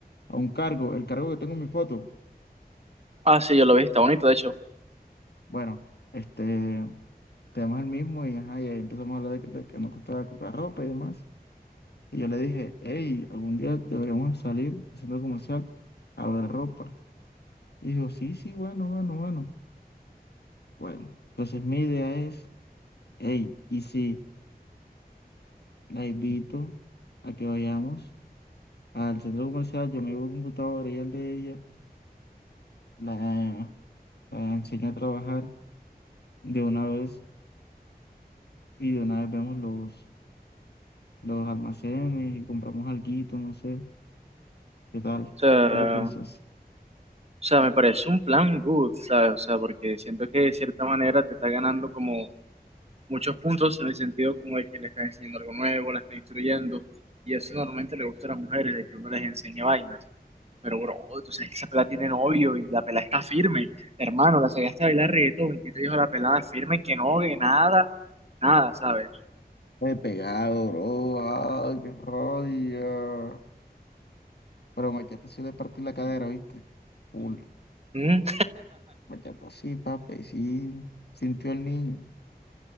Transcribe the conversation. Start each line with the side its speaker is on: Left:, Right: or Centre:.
Left: a un cargo. El cargo que tengo en mi foto.
Right: Ah, sí, yo lo vi, está bonito, de hecho. O
Left: Bueno, este, tenemos el mismo y, ajá, y ahí empezamos a hablar de, que de que nos costaba comprar ropa y demás. Y yo le dije, hey, algún día deberíamos salir al centro comercial a ver ropa. Y dijo, sí, sí, bueno, bueno, bueno. Bueno, entonces mi idea es, hey, y si la invito a que vayamos al centro comercial, yo me llevo computadora y el de ella, la, la enseño a trabajar de una vez y de una vez vemos los los almacenes y compramos alguito, no sé, ¿qué tal?
Right: sea,
Left: ¿Tú qué piensas?
Right: O sea, me parece un plan good, ¿sabes? O sea, porque siento que de cierta manera te está ganando como muchos puntos en el sentido como de que le estás enseñando algo nuevo, la estás instruyendo, y eso normalmente le gusta a las mujeres, de que uno les enseña vainas. Pero, bro, tú sabes que esa pelada tiene novio y la pelada está firme. Hermano, la sacaste a bailar reggaetón y que te dijo la pelada firme que no, que nada, nada, ¿sabes?
Left: Me he pegado, bro. Ay, qué rabia. Pero Machata sí le partí la cadera, ¿viste? Full.
Right: Mm,
Left: Machata sí, papi, y sí. Sintió el niño.